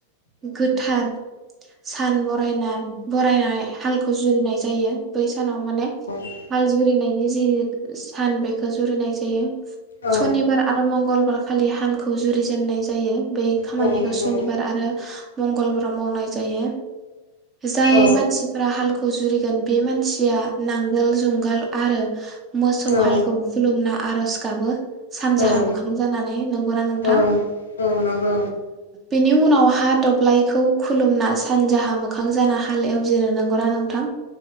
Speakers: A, on the right (about 25°); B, on the left (about 70°).
A: गोथार सान बरायना बरायनाय हालखौ जुरिनाय जायो बै सानाव माने
B: औ
A: हाल जुरिनायनि जि सान बेखौ जुरिनाय जायो
B: औ
A: सनिबार आरो मंगलबार खालि हालखौ जुरिजेननाय जायो बे खामानिखौ
B: औ नंगौ
A: सनिबार आरो मंगलबाराव मावनाय जायो जाय
B: औ
A: मानसिफ्रा हाल खौ जुरिगोन बे मान सिया नांगोल जुंगाल आरो मोसौ
B: औ
A: हालखौ खुलुमना आरज गाबो सानजाहा
B: औ
A: मोखां जानानै नंगौना नोंथां
B: औ औ नंगौ
A: बिनि उनाव हा दब्लायखौ खुलुमना सानजाहा मोखां जाना हाल एवजेनो नोंगौ ना नोंथां